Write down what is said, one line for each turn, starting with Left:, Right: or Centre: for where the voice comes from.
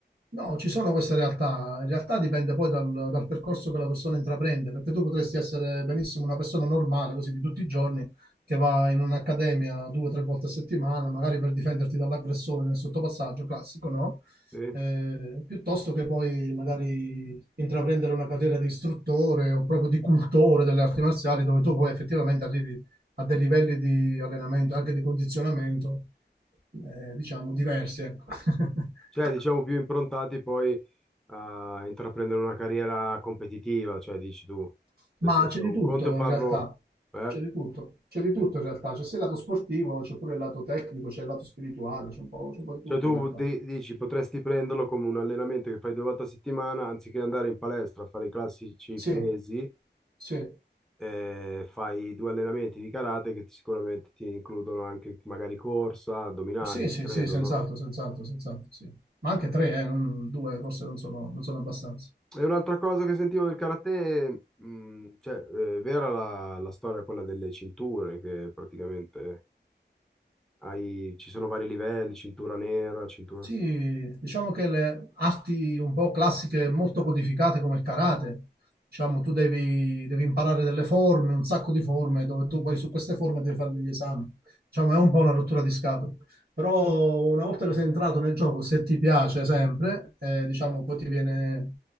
Right: No, ci sono queste realtà. In realtà dipende poi dal, dal percorso che la persona intraprende, perché tu potresti essere benissimo una persona normale, così di tutti i giorni, che va in un'accademia due o tre volte a settimana, magari per difenderti dall'aggressore nel sottopassaggio classico, no?
Centre: sì?
Right: Eh, piuttosto che poi magari intraprendere una carriera di istruttore o proprio di cultore delle arti marziali, dove tu poi effettivamente arrivi a dei livelli di allenamento, anche di condizionamento, eh, diciamo, diversi, ecco.
Centre: Cioè,
Right: <laughs>
Centre: diciamo più improntati poi a intraprendere una carriera competitiva, cioè dici tu,
Right: Ma
Centre: nel senso
Right: c'è di
Centre: un
Right: tutto
Centre: conto è farlo...
Right: in realtà,
Centre: Eh?
Right: c'è di tutto, c'è di tutto
Centre: Sì.
Right: in realtà, c'è sia il lato sportivo, c'è pure il lato tecnico, c'è il lato spirituale, c'è un po', c'è un po' di tutto
Centre: Cioè tu
Right: in realtà.
Centre: di- dici potresti prenderlo come un allenamento che fai due volte a settimana, anziché andare in palestra a fare i classici
Right: Sì,
Centre: pesi,
Right: sì,
Centre: eh, fai due allenamenti di karate che ti- sicuramente ti includono anche magari corsa, addominali,
Right: sì, sì,
Centre: credo,
Right: sì, senz'altro,
Centre: no?
Right: senz'altro, senz'altro, sì. Ma anche tre, eh, non- due forse non sono, non sono abbastanza.
Centre: E un'altra cosa che sentivo del karate, mh, cioè, eh, vera la, la storia quella delle cinture, che praticamente hai, ci sono vari livelli, cintura nera, cintura...
Right: Sì, diciamo che le arti un po' classiche molto codificate come il karate, diciamo tu devi, devi imparare delle forme, un sacco di forme, dove tu poi su queste forme devi fare degli esami. Diciamo è un po' una rottura di scatole. Però una volta che sei entrato nel gioco, se ti piace sempre, eh, diciamo poi ti viene,